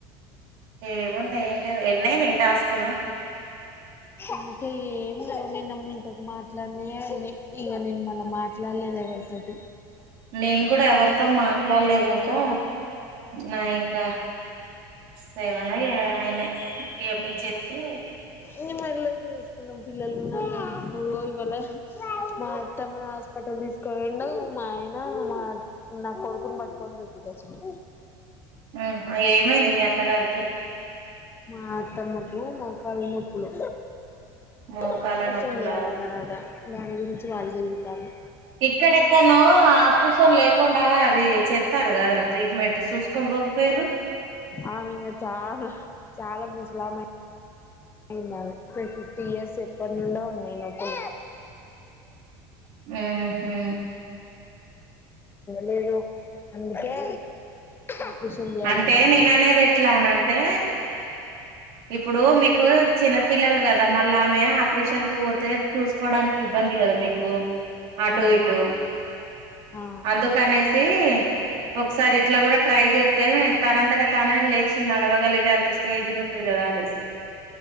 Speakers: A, on the right; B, on the left.
A: ఏముంది ఏం లేదు ఎన్నయినాయి టాస్కులు
B: అందుకే ఏం లేవ్ నిన్న మీతోటి మాట్లాడినేయి అయినాయి, ఇగ నేన్ మన మాట్లాడలేదు ఎవరితోటి.
A: నేను కూడా ఎవరితో మాట్లాడ్ లేద్ కా నా ఇంకా సెవెన్ ఏ అయినయి ఏమిజ్ జేతే
B: నే మళ్ళ చేస్త నం పిల్లలు ఉన్నరుగా ఇగో ఇవాళ మా అత్తమ్మ హాస్పిటల్ తీసుకు పోయిండు మా ఆయన మా నా కొడుకుని పట్టుకోని డ్యూటీకి వచ్చిండు
A: ఉమ్ ఏమైంది మీ అత్తగారికి ఓకే
B: మా అత్తమ్మకు మోకాళ్ళ నొప్పులు
A: మోకాల
B: ఆపరేషన్
A: నొప్పులా
B: చేయాలి అన్నరంటా దాని గురించి వాళ్ళు తిరుగుతాండ్రు
A: ఇక్కడెక్కనో ఆపరేషన్ లేకుండా అది చెత్తారు కదరా ట్రీట్మెంట్ చూసుకోని బోకపోయారు
B: ఆమెంగ చాలా చాల ముసలామె అయింది ఆమె ఫై ఫిఫ్టీ ఇయర్స్ ఎప్పటి నుండో నైనాకు
A: ఆహా
B: లేదు అందుకే ఆపరేషన్ చేయాలన్నరట
A: అంటే నేన అనేది ఎట్లా అనంటే ఇప్పుడు మీకు చిన్న పిల్లలు క దా మళ్ళీ ఆమె ఆపరేషన్ కు పోతే చూసుకోవడానికి ఇబ్బంది కదా మీకు అటు
B: ఆహా
A: ఇటు
B: ఆ
A: అందుకనేసి ఒకసారి ఇట్లా కూడా ట్రై చేస్తే తనంతట తనే లేచి చి నడవ గలిగే అంత స్టేజ్ ఉంట అది కదా అనేసి